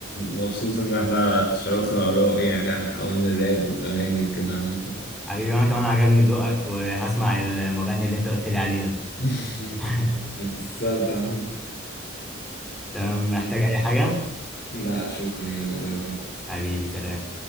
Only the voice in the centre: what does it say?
حبيبي وأنا كمان عجبني ذوقك وهسمع المغني اللي أنت قلت لي عليه ده
<laughs>
تمام محتاج أي حاجة
حبيبي سلام